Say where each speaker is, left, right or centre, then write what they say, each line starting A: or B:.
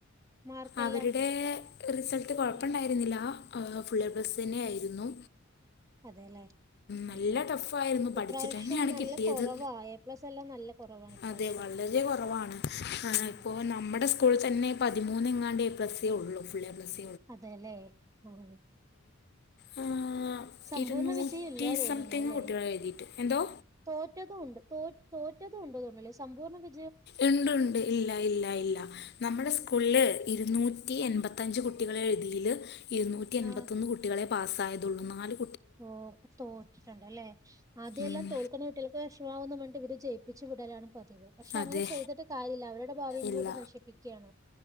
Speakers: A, on the right; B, on the left.
A: മാർക്കെല്ലാം
B: അവരുടെ റിസൾട്ട് കൊഴപ്പണ്ടായിരുന്നില്ല
A: ഉം.
B: ആ ഫുള്ള് എപ്ലസ് തന്നെ ആയിരുന്നു
A: അതേല്ലെ
B: നല്ല
A: ഉം
B: ടഫായിരുന്നു പഠിച്ചിട്ട്
A: ഇപ്രാവശ്യം
B: തന്നെയാണ്
A: നല്ല
B: കിട്ടിയത്
A: കുറവാ എ പ്ലസ് എല്ലാം നല്ല കുറവാണ് ഇപ്രാവശ്യം
B: അതെ വളരെ കുറവാണ് അ
A: ഉം.
B: ഇപ്പൊ നമ്മടെ സ്കൂളിൽ തന്നെ പതിമൂന്നങ്ങാണ്ടേ എ പ്ലസേ ഉള്ളൂ ഫുള്ളേ എ പ്ലസ്
A: അതേല്ലേ ഉം
B: ആ,
A: സമ്പൂർണ
B: ഇരുന്നൂറ്റി
A: വിജയം ഇല്ലാ തോന്നുന്നു
B: സംതിങ്
A: അല്ലെ
B: കുട്ടികൾ എഴുതിയിട്ട് എന്തോ
A: തോറ്റതും ഉണ്ട് തോ തോറ്റതുണ്ടെന്ന് തോന്നൂല്ലേ സമ്പൂർണ്ണ വി
B: ഇണ്ട് ഇണ്ട് ഇല്ല ഇല്ല ഇല്ല നമ്മുടെ സ്കൂളില് ഇരുന്നൂറ്റി
A: ആഹ്
B: എൺപത്തഞ്ച് കുട്ട് ല് എഴുതില് ഇരുന്നൂറ്റി എൺപത്തൊന്ന്
A: ആഹ്
B: കുട്ടികളേ പാസ് തായതുള്ളു നാലു
A: ഓ തോറ്റിട്ടുണ്ടല്ലെ ആദ്യല്ലാം
B: ഉം
A: തോൽക്കുന്ന കുട്ടികൾക്ക് വിഷമാവു ഇവര് ജയിപ്പിച്ചു വിടലാണ് പതിവ്. പക്ഷേ
B: അതെ
A: അങ്ങനെ ചെയ്തിട്ട് കാര്യല്യാ. അവരുടെ ഭാവിം
B: ഇല്ല
A: കൂടി നശിപ്പിക്കാണ്.